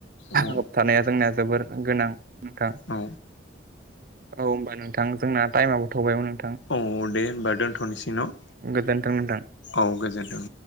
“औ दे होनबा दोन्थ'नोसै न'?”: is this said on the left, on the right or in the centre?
Left